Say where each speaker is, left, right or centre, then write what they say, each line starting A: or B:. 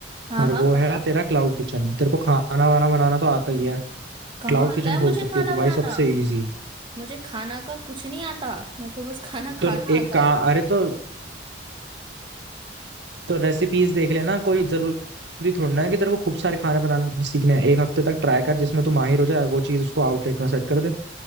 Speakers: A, on the right (about 25°); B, on the right (about 70°).
A: हाँ
B: और
A: हाँ
B: वो
A: बताओ
B: है तेरा क्लाउड किचन तेरे को खाना वाना बनाना तो आता ही है
A: कहाँ
B: क्लाउड
A: आता
B: किचन
A: है
B: खोल
A: मुझे
B: सकती
A: खाना
B: हो तो भाई
A: बनाना
B: सबसे इजी
A: मुझे खाना का कुछ नहीं आता मेरे को बस खाना
B: तो
A: खाना
B: एक
A: आता
B: का
A: है
B: अरे तो तो रेसिपीज देख लेना कोई जरूरी थोड़ी ना है कि तेरे को खूब सारे खाने बनाने सीखने हैं एक हफ्ते तक ट्राई कर जिसमें तू माहिर हो जाए वो चीज उसको आउटलेट में सेट कर दे